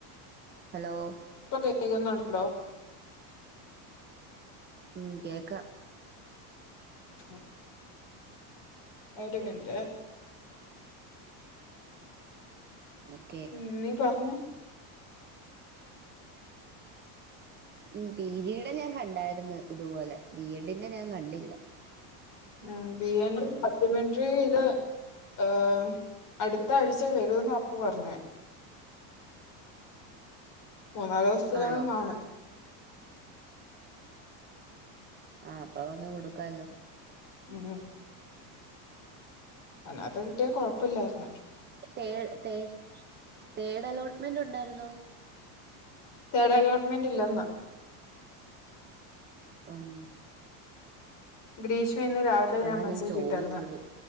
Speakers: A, on the right; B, on the left.
A: ഹലോ
B: ഇപ്പ കേക്ക്ന്നുണ്ടോ
A: ഉം കേക്കാ
B: നൊ ഒരു മിൻറ്റേ
A: <unintelligible>
B: ഉം നീ പർഞ്ഞാേ
A: ഉം പി ജിയ്ടെ ഞാൻ കണ്ടാര്ന്ന് ഇത്പോലെ ബി എഡിന്റെ ഞാൻ കണ്ടില്ല
B: ആഹ് ബി എൻ ഡ്ന്റെ സപ്ലിമെന്റ്റി എഴ്താ ആഹ് അട്ത്ത ആഴ്ച വെരോന്ന് അപ്പു പർഞ്ഞ് മൂന്നാല് ദിവസ്ത്തിനെങ്ങാനും
A: ആണോ
B: കാണും
A: ആഹ് അപ്പ വന്ന് കൊട്ക്കാല്ലോ
B: ഉം ആഹ് നേര്ത്തെ കിട്ടിയാ കൊഴപ്പല്ലാര്ന്ന്
A: തേഡ് തേ തേഡലോട്ട്മെന്റ് ഉണ്ടായിരുന്നോ
B: തേഡ് അലോട്ട്മെന്റ് ഇല്ലെന്ന്
A: ഉം
B: ഗ്രീഷ്മ ഇന്ന് രാവിലെ ഞാൻ
A: അതാ
B: മെസ്സേജ്
A: ചോദിച്ചത്
B: ഇട്ടേര്ന്ന്